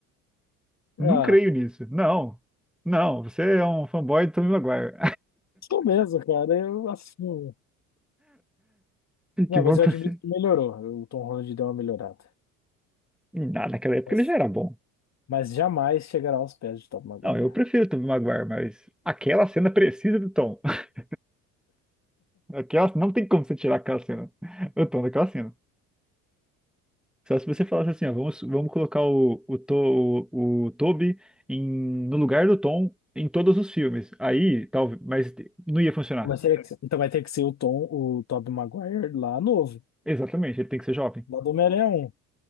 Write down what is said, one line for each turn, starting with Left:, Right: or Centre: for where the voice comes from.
Centre: Não
Left: Ah,
Centre: creio nisso. Não. Não, você é um fanboy do Tobey Maguire.
Left: sou mesmo, cara, eu assumo.
Centre: <laughs>
Left: Não,
Centre: Que bom
Left: mas
Centre: que
Left: eu admito
Centre: você.
Left: que melhorou. O Tom Holland deu uma melhorada.
Centre: <laughs> Não, naquela época
Left: Mas,
Centre: ele já era bom.
Left: mas jamais chegará aos pés de Tobey Maguire.
Centre: Não, eu prefiro o Tobey Maguire, mas aquela cena precisa do Tom. <laughs> Aquela, não tem como você tirar aquela cena. o Tom naquela cena. Só se você falasse assim, ó, vamos, vamos colocar o, o, To- o, o Toby em, no lugar do Tom em todos os filmes. Aí, talvez, mas não ia funcionar.
Left: Mas teria que ser- então vai ter que ser o Tom, o Tobey Maguire lá novo,
Centre: Exatamente, ele tem que ser jovem.
Left: lá do Homem-Aranha 1.